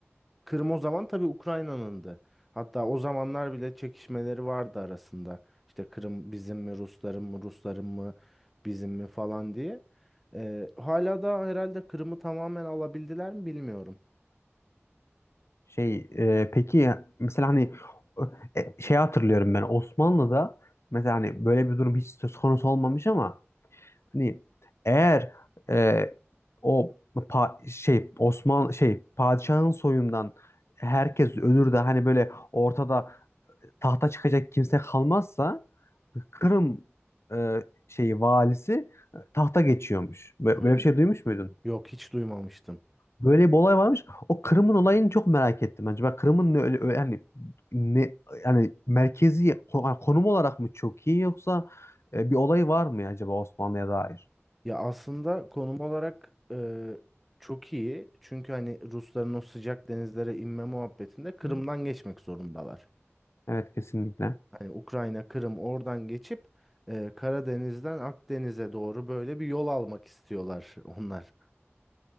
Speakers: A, in the centre; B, on the left.
A: Kırım o zaman tabii Ukrayna'nındı. Hatta o zamanlar bile çekişmeleri vardı arasında. İşte Kırım bizim mi Rusların mı Rusların mı bizim mi falan diye. Ee, hala da herhalde Kırım'ı tamamen alabildiler mi bilmiyorum.
B: Şey e, peki ya, mesela hani e, şey hatırlıyorum ben Osmanlı'da mesela hani böyle bir durum hiç söz konusu olmamış ama Hani eğer e, o pa- şey Osman şey padişahın soyundan herkes ölür de hani böyle ortada tahta çıkacak kimse kalmazsa Kırım e, şeyi valisi e, tahta geçiyormuş. Bö-
A: Hmm.
B: Böyle bir şey duymuş muydun?
A: Yok hiç duymamıştım.
B: Böyle bir olay varmış. O Kırım'ın olayını çok merak ettim bence. Ben Kırım'ın ne öyle öyle- hani ne yani merkezi ko- yani konum olarak mı çok iyi yoksa e, bir olay var mı acaba Osmanlı'ya dair?
A: Ya aslında konum olarak e, çok iyi. Çünkü hani Rusların o sıcak denizlere inme muhabbetinde Kırım'dan
B: Hı.
A: geçmek zorundalar.
B: Evet kesinlikle.
A: Hani Ukrayna, Kırım oradan geçip e, Karadeniz'den Akdeniz'e doğru böyle bir yol almak istiyorlar <laughs> onlar.